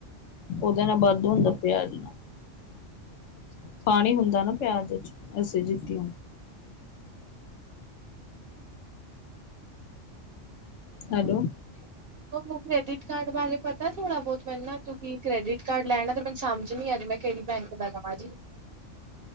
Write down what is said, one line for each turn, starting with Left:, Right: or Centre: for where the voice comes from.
Left: ਉਹਦੇ ਨਾਲ ਵੱਧ ਹੁੰਦਾ ਪਿਆਜ਼
Right: ਅੱਛਾ ਅੱਛਾ
Left: ਪਾਣੀ ਹੁੰਦਾ ਨਾ ਪਿਆਜ 'ਚ ਐਸੀ ਜਿਤੀ
Right: ਨਾਂ।
Left: ਹੈਲੋ
Right: <inaudible> ਉਹਨੂੰ ਕ੍ਰੈਡਿਟ ਕਾਰਡ ਬਾਰੇ ਪਤਾ ਥੋੜਾ ਬਹੁਤ ਮੈਨੂੰ ਨਾ ਕਿਉਂਕਿ ਕ੍ਰੈਡਿਟ ਕਾਰਡ ਲੈਣਾ ਤੇ ਮੈਨੂੰ ਸਮਝ ਨੀ ਆ ਰਹੀ ਮੈਂ ਕਿਹੜੀ ਬੈਂਕ <unintelligible>